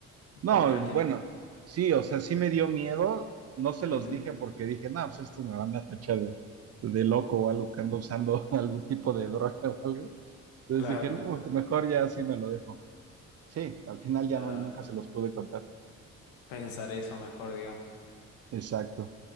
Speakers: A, on the right (about 35°); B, on the left (about 70°).
A: No,
B: cómo reaccionaste?
A: bueno, sí, o sea, sí me dio miedo. No se los
B: Ujú,
A: dije porque dije, no, pues estos me van a tachar de, de loco o algo que ando usando <laughs> algún tipo de droga o algo. Entonces
B: Claro,
A: dije, no,
B: sí, sí.
A: pues mejor ya sí me lo dejo. Sí, al final ya
B: Ah,
A: no, nunca se los pude contar.
B: pensar eso mejor, digamos.
A: Exacto,